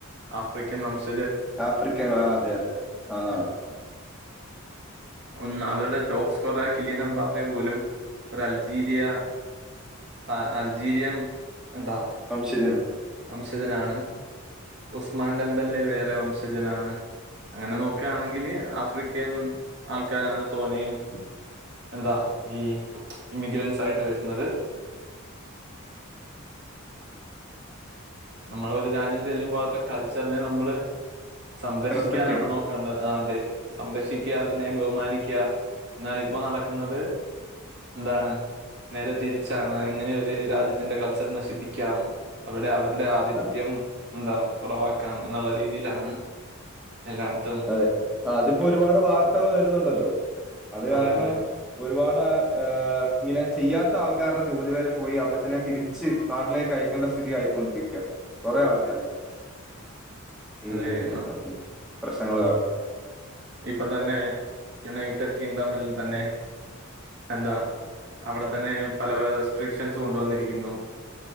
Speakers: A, on the right (about 55°); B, in the centre.
A: ആഫ്രിക്കൻ വംശ
B: ആഫ്രിക്കയാ ആ അതെ അതെ അതാണ്
A: ഒന്ന് അവരുടെ ടോപ്പ് സ്കോറായ കില്യനംപാപ്പയെ പോലും ഒരൾജീരിയ പ അൽജീരിയം എന്താ
B: വംശജനം
A: വംശജനാണ് ഉസ്മാൻടെമ്പല്ലെ വേറെ വംശജനാണ് അങ്ങനെ നോക്ക്യാണെങ്കില് ആഫ്രിക്കൻ ആൾക്കാരാണ് തോനയും എന്താ ഈ ഇമിഗ്രൻസായിട്ട് വെര്ന്നത് നമ്മളൊരു രാജ്യത്ത് ചെല്ലുമ്പോ അവിട്ത്തെ കൾച്ചറിനെ നമ്മള് സംരക്ഷിക്കാനാണ്
B: റെസ്പെക്ട് ചെയ്യണം
A: നോ കണ്ട ആ അതെ സംരക്ഷിക്ക്യ അതിനെ ബഹുമാനിക്ക്യ എന്നാലിപ്പോ നടക്ക്ന്നത് എന്താണ് നേരെ തിരിച്ചാണ് എങ്ങനെയൊരു രാജ്യത്തിന്റെ കൾച്ചറ് നശിപ്പിക്കാം അവിടെ അവരുടെ ആധിപത്യം
B: ആ,
A: എന്താ കൊറവാ ക്കാം എന്നുള്ള രീതിയിലാണ് എല്ലായിടു
B: അതെ ആഅതിപ്പോരുപാട് വാർത്തകള് വരുന്നുണ്ടല്ലോ അത് കാരണം
A: അതെ അതെ
B: ഒരുപാട് ഏഹ് ഇങ്ങനെ ചെയ്യാത്താൾക്കാരുടെ ജോലി വരെ പോയി അവരെ തന്നെ തിരിച്ച് നാട്ടിലേക്കയക്കണ്ട സ്ഥിതി ആയിക്കൊണ്ടിരിക്ക്യ കൊറെ ആൾക്കാര്
A: <inaudible>
B: ഈ
A: അതെ
B: എ ഉം പ്രശ്നങ്ങള് കാരണം
A: ഇപ്പൊ തന്നെ യുണൈറ്റഡ് കിൻഡമിൽ തന്നെ എന്താ അവിടെ തന്നെ പല പല റെസ്ട്രിഷ്യൻസ് കൊണ്ട് വന്നിരിക്ക്ന്നു